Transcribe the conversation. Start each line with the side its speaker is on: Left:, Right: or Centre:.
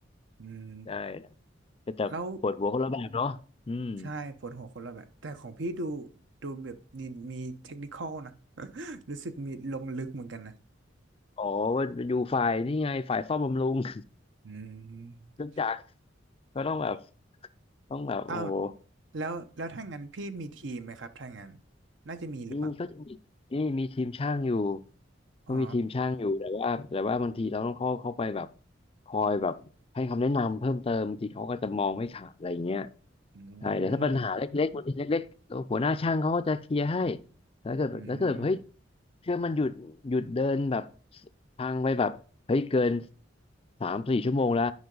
Right: อืม
Left: <laughs> ได้ก็จะปวดหัวคนละแบบเนาะอืม
Right: แล้วใช่ปวดหัวคนละแบบแต่ของพี่ดูดูแบบมีมีเทคนิคอลนะ <laughs> รู้สึกมีลงลึกเหมือนกันนะ
Left: อ๋อว่าอยู่ฝ่ายนี่ไงฝ่ายซ่อมบำรุง <laughs>
Right: อืม
Left: เครื่องจักรก็ต้องแบบต้องแบบโอ้โห
Right: อ้าวแล้วแล้วถ้างั้นพี่มีทีมไหมครับถ้างั้นน่าจะมีหรือเปล่า
Left: มีก็จะมีนี่มีทีมช่างอยู่ก็มีทีมช่างอยู่แต่ว่าแต่ว่าบางทีเราต้องเข้าเข้าไปแบบ
Right: อ๋อ
Left: คอยแบบให้คำแนะนำเพิ่มเติมบางทีเขาก็จะมองไม่ขาดอะไรอย่างเงี้ย
Right: อื
Left: ใช่แต่ถ้าปัญหาเล็กๆบางทีเล็กๆตัวหัวหน้าช่างเขาก็จะเคลียร์ให้
Right: ม
Left: แล้วเกิดแล้วเกิดเฮ้ย
Right: อืม
Left: เครื่องมันหยุดหยุดเดินแบบทางไปแบบเฮ้ยเกินสามสี่ชั่วโมงแล้ว